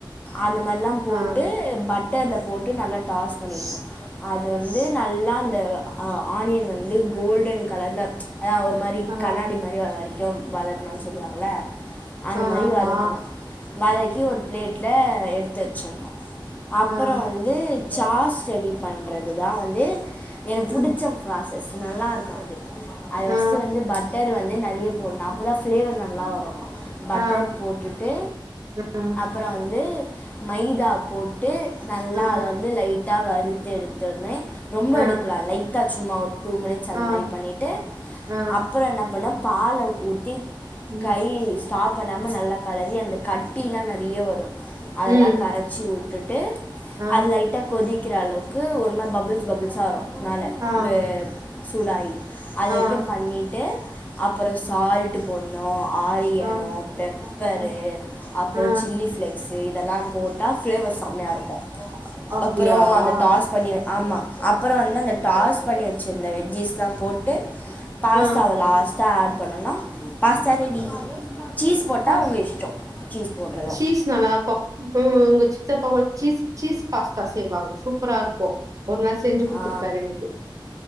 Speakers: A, on the left (about 20°); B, on the right (about 40°).
A: அந்த மாரி லா போட்டு
B: ஆ
A: பட்டர்ல போட்டு நல்லா டாஸ் பண்ணிட்ணு
B: ஸ்-
A: அது வந்து நல்லா அந்த அ ஆனியன் வந்து கோல்டன் கலர்ல ஆ ஒரு மாரி
B: ஆ
A: கண்ணாடி மாரி வர வரைக்கு வதக்ணுனு சொல்வாங்ள அந்த
B: ஆமா.
A: மாரி வதக்கணு வதக்கி ஒரு ப்ளேட்ல எடுத்து வச்சுனு அப்றோ
B: ஆ
A: வந்து சாஸ் ரெடி பண்றது தா வந்து எனக்கு
B: ம்.
A: புடிச்ச ப்ராசஸ் நல்லா இருக்கு அது அது ஃபஸ்ட்டு
B: ஆ
A: வந்து பட்டர் வந்து நெறைய போட்ணு அப்போதா ஃபிளேவர் நல்லா வரு பட்டர்
B: ஆ
A: போட்டுட்டு
B: ம்.
A: அ அப்ற வந்து மைதா போட்டு நல்லா
B: ஆ
A: அத வந்து லைட் டா வறுத்தெடுத்தோனே ரொம்ப
B: ஆ
A: எடுக்கூடா லைட்டா சும்மா ஒரு டூ மினிட் ஸ் அந்த
B: ஆ
A: மாரி பண்ணிட்டு
B: ஆ
A: அப்றோ என்ன பண்ணே பால ஊத்தி
B: ம்.
A: கையி ஸ்டாப் பண்ணாம நல்லா கலறி அந்த கட்டிலா நெறைய வரு அதெல்லா
B: ம்.
A: கர ச்சு வுட்டுட்டு
B: ஆ
A: அது லைட்டா கொதிக்கிற அளவுக்கு ஒரு மாரி பபுள்ஸ் பபுள்ஸா வரு னால
B: ஆ
A: வே சூடாயி அது
B: ஆ
A: வரைக்கு பண்ணிட்டு அப்றோ சால் ட்டு போட்ணு ஆரியனோ
B: ஆ
A: பெப்பரு
B: ஆ
A: அப்றோ
B: ஆ
A: சில்லி ஃப்ளே க்ஸ் இதெல்லா போட்டா ஃப்ளேவர் செம்மயா இருக்கு
B: அப்டியா
A: அப்றோ அந்த
B: ஆ
A: டாஸ் பண்ணி ஆமா அப்பறோ வந்து அந்த டாஸ் பண்ணி வச்சிருந்த வெஜ்ஜிஸ்லா போட்டு பாஸ்தாவ
B: ஆ
A: லாஸ் டா ஆட் பண்ணோனா பாஸ்தா ரெடி சீஸ் போட்டா
B: ஆ
A: ஒங்க இஷ்டோ சீஸ் போட்றது
B: சீஸ் நல்லா இருக்கு ம் ஒங்க சித்தப்பாவா சீஸ் சீஸ் பாஸ்தா செய்வாங்க சூப்பராருக்கு ஒரு நாள் செஞ்சு குட்த்துருக்காரு
A: ஆ
B: எனக்கு